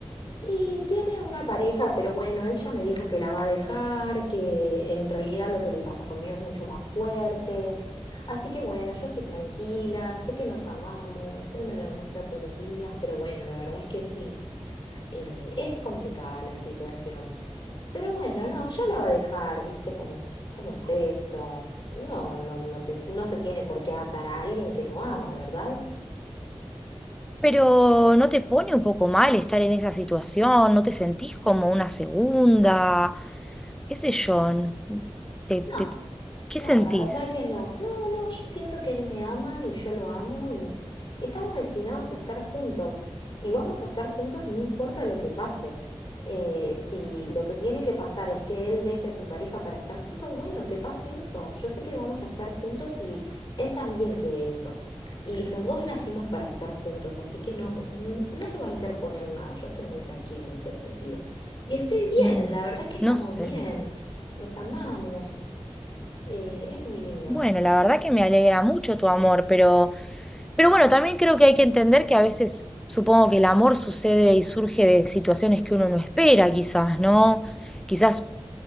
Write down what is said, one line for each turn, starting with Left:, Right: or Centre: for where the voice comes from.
Left: Y tiene una pareja, pero bueno, él ya me dijo que la va a dejar, que en realidad lo que le pasa conmigo es mucho más fuerte. Así que bueno, yo estoy tranquila, sé que nos amamos, él me lo demuestra todos los días, pero bueno, la verdad es que sí, eh, es complicada la situación. Pero bueno, no, ya la va a dejar, ¿viste cómo, es- cómo es esto? Uno no, no te- no se tiene por qué atar a alguien que no ama, ¿verdad?
Centre: Pero ¿no te pone un poco mal estar en esa situación? ¿No te sentís como una segunda? ¿Qué sé yo? ¿Te,
Left: No.
Centre: te- qué
Left: No,
Centre: sentís?
Left: la verdad que no. No, no, yo siento que él me ama y yo lo amo y estamos destinados a estar juntos y vamos a estar juntos no importa lo que pase. Eh, si lo que tiene que pasar es que él deje a su pareja para estar juntos, bueno, que pase eso. Yo sé que vamos a estar juntos y él también quiere eso. Y los dos nacimos para estar juntos, así que no, n- no se va a interponer nada. Yo estoy muy tranquila en ese sentido. Y estoy
Centre: Mm,
Left: bien, la verdad es que estamos
Centre: no sé.
Left: bien, nos amamos. Eh, es muy lindo
Centre: Bueno,
Left: lo
Centre: la
Left: que tenemos.
Centre: verdad que me alegra mucho tu amor, pero, pero bueno, también creo que hay que entender que a veces supongo que el amor sucede y surge de situaciones que uno no espera, quizás, ¿no? Quizás
Left: Sí.